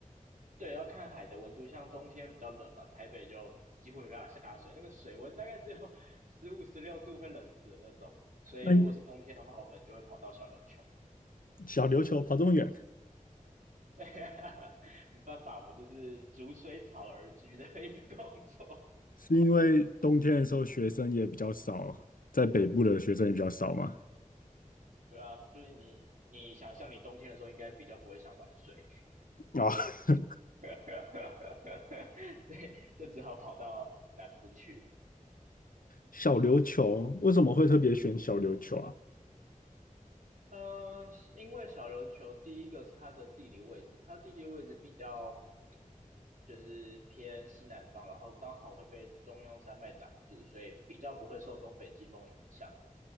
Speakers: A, on the right; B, on the left.
A: 对，要看海的温度，像冬天比较冷嘛，台北就几乎没办法下水，那个水温大概只有 <laughs> 十五、十六度，会冷死的那种。所以如果是冬天的话，
B: 嗯，
A: 我们就会跑到小琉球。
B: 小琉球跑这么远，
A: <laughs> 对，没办法，我们就是逐水草而居的一个工作。
B: 是因为冬天的时候学生也比较少，在北部的学生也比较少吗？
A: 对啊，就是你，你想象你冬天的时候应该比较不会想玩水，
B: 啊，<laughs>
A: <laughs> 所以就只好跑到南部去。
B: 小琉球为什么会特别选小琉球啊？
A: 嗯、呃因为小琉球第一个是它的地理位置，它的地理位置比较就是偏西南方，然后刚好会被中央山脉挡住，所以比较不会受东北季风影响。